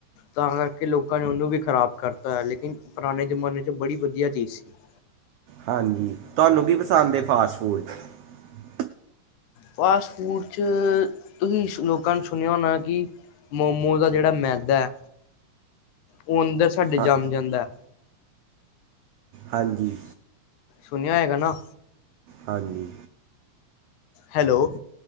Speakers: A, on the left; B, on the right.
A: ਤਾਂ ਕਰਕੇ ਲੋਕਾਂ ਨੇ ਉਨੂੰ ਵੀ ਖ਼ਰਾਬ ਕਰਤਾ, ਲੇਕਿਨ ਪੁਰਾਣੇ ਜ਼ਮਾਨੇ ਚ ਬੜੀ ਵਧੀਆ ਚੀਜ਼ ਸੀ। <inaudible>
B: ਹਾਂਜੀ, ਤੁਹਾਨੂੰ ਕੀ ਪਸੰਦ ਏ ਫਾਸਟ ਫੂਡ ਚ?
A: ਫਾਸਟ ਫੂਡ 'ਚ ਤੁਸੀਂ ਲੋਕਾਂ ਨੂੰ ਸੁਣਿਆ ਹੋਣਾ ਕਿ ਮੋਮੋਜ ਦਾ ਜੇੜਾ ਮੈਦਾ ਐ, ਔ ਅੰਦਰ ਸਾਡੇ
B: ਹਾਂ
A: ਜੰਮ ਜਾਂਦਾ।
B: ਹਾਂਜੀ।
A: ਸੁਣਿਆ ਹੋਏਗਾ ਨਾ।
B: ਹਾਂਜੀ।
A: ਹੈਲੋ।